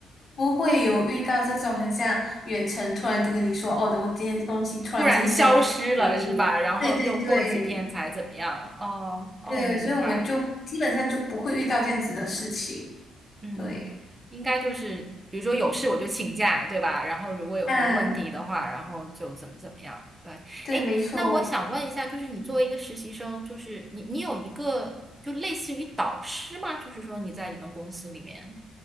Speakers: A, on the left; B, on the right.
A: 不会有遇到这种很像远程突然跟你说，哦，我今天东西突然间交不给你。
B: 突然消失了，是吧？然后又过几天才怎么样？
A: 对对对
B: 哦哦，
A: 对，
B: 明白。
A: 所以我们就基本上就不会遇到这样子的事情。
B: 嗯，
A: 对，
B: 应该就是，比如说有事我就请假，对吧？然后如果有什么问题的话，
A: 啊，
B: 然后就怎么怎么样。对，
A: 对，
B: 哎，
A: 没错，
B: 那我想问一下，就是你作为一个实习生，就是你你有一个就类似于导师吗？就是说你在你们公司里面